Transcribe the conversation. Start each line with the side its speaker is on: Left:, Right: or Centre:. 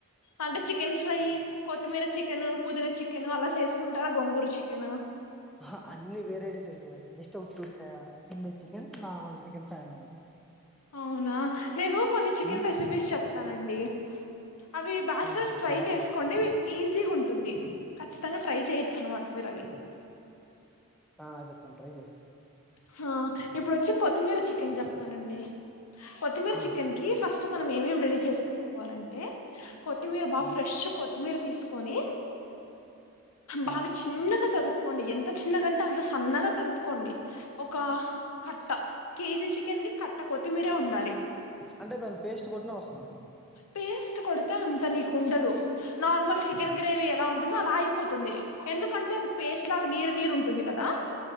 Left: అంటె చికెన్ ఫ్రై కొత్తిమీర చికెన్ పుదీనా చికెన్ అలా చేసుకుంటారా గొంగూరు చికెన్
Centre: అహా అన్ని వేరైటీస్ ఏం చెయ్యమండి జస్ట్ ఉ ఆ చిల్లీ చికెన్ నార్మల్ చికెన్ పెడతాను
Left: అవునా నేను కొన్ని చికెన్
Centre: మీ
Left: రెసిపీస్ చెప్తానండి అవి బ్యాచ్లర్స్
Centre: ఆ చెప్పండి
Left: ట్రై
Centre: రసం
Left: చేసుకోండి
Centre: ప్లేస్
Left: మీకి ఈజీగా ఉంటుంది ఖచ్చి ఖచ్చితంగా ట్రై చేయొచ్చు అనమాట మీరు అవి
Centre: ఆ చెప్పండి ట్రై చేస్
Left: హా ఇప్పుడు వచ్చి కొత్తిమీర చికెన్ చెప్తానండి కొత్తిమీర
Centre: ఉమ్
Left: చికెన్ కి ఫస్ట్ మనం ఏమేం రెడీ చేసి పెట్టుకోవాలంటే కొతిమీర్ బా
Centre: ఆ
Left: ఫ్రెష్ కొత్తిమీర్ తీసుకొని
Centre: ఆ
Left: బాగా చిన్నగా తరు కోండి ఎంత చిన్నగంటే అంత సన్నగా తరుక్కోండి ఒక కట్ట కేజీ చికెన్ కి కట్ట కొత్తిమీరే ఉండాలి
Centre: అంటే దాని పేస్ట్ కొట్టినా వస్తుందండీ
Left: పేస్ట్ కొడితే అంత నీకు ఉండదు నార్మల్ చికెన్ గ్రేవీ ఎలా ఉంటుందో అలా అయిపోతుంది. ఎందుకంటే అది పేస్ట్ లాగా నీరు నీరు ఉంటుంది కదా